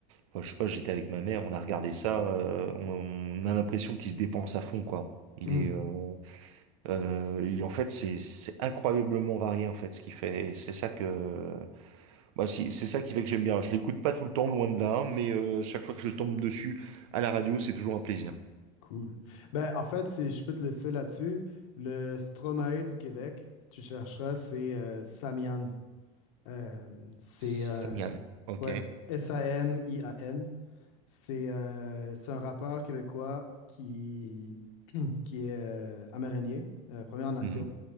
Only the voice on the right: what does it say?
enfin, je sais pas, j'étais avec ma mère, on a regardé ça, euh, on, on a l'impression qu'il se dépense à fond quoi. Il
est, euh, euh, et en fait, c'est c'est incroyablement varié en fait ce qu'il fait. Et c'est ça que, bah, si- c'est ça qui fait que j'aime bien. Je l'écoute pas tout le temps, loin de là, mais euh, chaque fois que je tombe dessus à la radio, c'est toujours un plaisir.
Samian.
Ok.
Mhm.